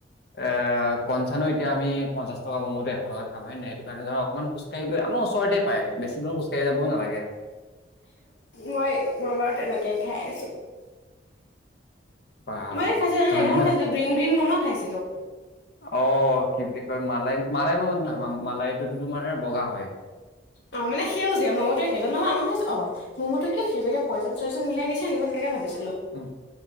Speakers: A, on the left (about 60°); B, on the left (about 80°).
A: এ কনচানো এতিয়া আমি পঞ্চাছ টকা ম'ম'টো এশ টকাত কামাই নাই সটো কাৰণে অকণ খোজকাঢ়ি গৈ আমাৰ ওচৰতে পাই বেছি দূৰ খোজ কাঢ়ি। কব নালাগে
B: মই ম বাৰুত তেনেকেই খাই আছোঁ।
A: বা
B: মই খাইছিলো নহ
A: ধনী
B: সেইদিনাখন
A: মানুহ
B: খাইছিলো গ্ৰীণ গ্ৰীণ ম'ম খাইছিলো
A: অ কি বুলি কয় মালাই মালাই ম ম নহয় মালাইটোতো তোমাৰ বগা হয়।
B: অ মান সেউজীয়া ম'ম সেইজন ন আমাৰ হৈছে অ ম'মটো কিয় সেউজীয়াকে কয়েজন চয়েজন মিলাই দিছে নেকি মই তেনেকে ভাবিছো।
A: উম